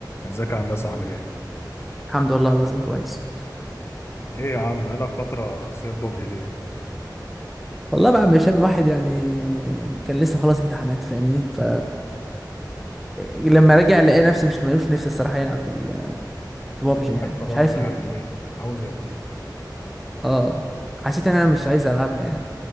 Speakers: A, on the left; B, in the centre.
A: ازيك يا هندسة عامل ايه؟
B: الحمد لله لازم كويس
A: ايه يا عم بقالك فترة سايب بابجي ليه؟
B: والله بقى مش من واحد يعني كان لسه خلاص امتحانات فاهمني ف لما رجع لقى نفسي مش ملوش نفسي الصراحه يلعب في ال... في بابجي
A: الواحد
B: يعني
A: خلاص
B: مش عارف
A: بقى
B: ليه
A: يعني ايه عاوز يعتزل
B: اه حسيت ان انا مش عايز العبها يعني